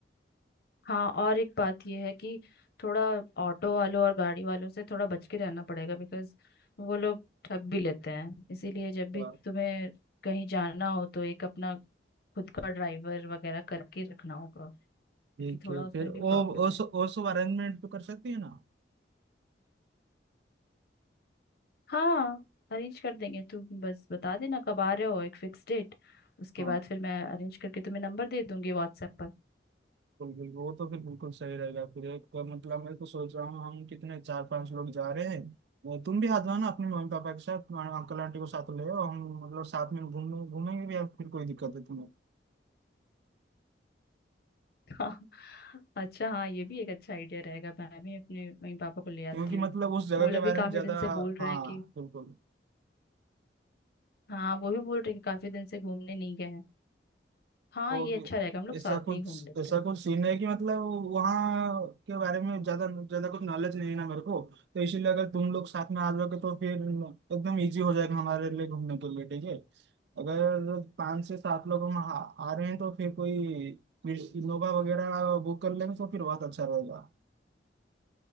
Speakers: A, on the left; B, on the right.
A: हाँ और एक बात ये है कि थोड़ा ऑटो वालों और गाड़ी वालों से थोड़ा बच के रहना पड़ेगा बिकॉज वो लोग ठग भी लेते हैं इसीलिए जब भी
B: हाँ।
A: तुम्हें कहीं जाना हो तो एक अपना खुद का ड्राइवर वगैरह करके रखना होगा क्योंकि
B: ठीक
A: थोड़ा
B: है
A: उसमें
B: फिर ओ
A: भी प्रॉब्लम
B: ओ सो,
A: है
B: ओ सो अरेंजमेंट तो कर सकती है ना
A: हाँ अरेंज कर देंगे तू बस बता देना कब आ रहे हो एक फिक्स डेट उसके
B: हाँ
A: बाद फिर मैं अरेंज करके तुम्हें नंबर दे दूंगी व्हाट्सएप पर
B: बिल्कुल बिल्कुल वो तो फिर बिल्कुल सही रहेगा फिर एक का मतलब मैं तो सोच रहा हूँ हम कितने चार पांच लोग जा रहे हैं तुम भी आ जाओ ना अपने मम्मी पापा के साथ तुम्हारे अंकल आंटी को साथ ले आओ हम मतलब साथ में घूमने घूमेंगे भी या फिर कोई दिक्कत है तुम्हें
A: <laughs> हाँ अच्छा हाँ ये भी एक अच्छा आइडिया रहेगा मैं भी अपने मम्मी पापा को ले आती
B: क्योंकि
A: हूँ
B: मतलब उस जगह
A: वो लोग
B: के बारे
A: भी काफी
B: में ज्यादा
A: दिन से बोल
B: हाँ
A: रहे हैं कि
B: बिल्कुल
A: हाँ वो भी बोल रहे हैं कि काफी दिन से घूमने नहीं गए हैं हाँ
B: और
A: ये अच्छा रहेगा हम लोग
B: ऐसा
A: साथ
B: कुछ
A: में ही घूम लेते
B: ऐसा
A: हैं
B: कुछ सीन है कि मतलब वहाँ के बारे में ज्यादा ज्यादा कुछ नॉलेज नहीं है ना मेरे को तो इसीलिए अगर तुम लोग साथ में आ जाओगे तो फिर एकदम इजी हो जाएगा हमारे लिए घूमने के लिए ठीक है अगर पाँच से सात लोग हम आ, आ रहे हैं तो फिर कोई फिर इनोवा वगैरह बुक कर लेंगे तो फिर बहुत अच्छा रहेगा